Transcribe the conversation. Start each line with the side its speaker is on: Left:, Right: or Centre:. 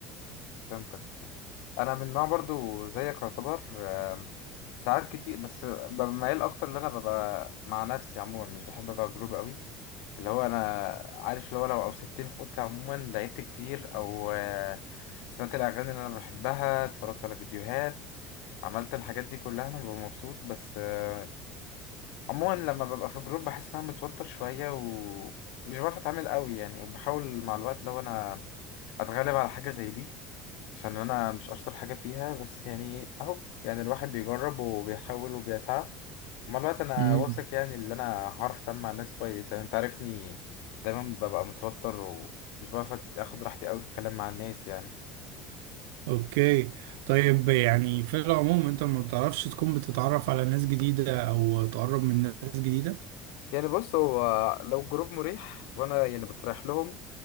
Left: فهمتك انا من نوع برضو زيك يعتبر آم، ساعات كتير بس ببقى ميال اكتر ان انا ببقى مع نفسي عموما مش بحب ابقى جروب قوي اللي هو انا عارف اللي هو لو اوسبتني في اوضتي عموما لعبت كتير او آه، سمعت الاغاني اللي انا بحبها اتفرجت على فيديوهات عملت الحاجات دي كلها انا ببقى مبسوط بس آه، عموما لما ببقى في جروب بحس ان انا متوتر شويه ومش بعرف اتعامل قوي يعني وبحاول مع الوقت لو انا اتغلب على حاجه زي دي عشان انا مش اشطر حاجه فيها بس يعني اهو يعني الواحد بيجرب وبيحاول وبيسعى مع الوقت انا
Right: فاهم
Left: واثق يعني ان انا هعرف اتعامل مع الناس كويس يعني انت عارفني دايما ببقى متوتر ومش بعرف اخد راحتي قوي في الكلام مع الناس يعني
Right: اوكي طيب يعني في العموم انت ما بتعرفش تكون بتتعرف على ناس جديدة او تقرب من ناس جديدة
Left: يعني بص هو لو جروب مريح وانا يعني بستريح لهم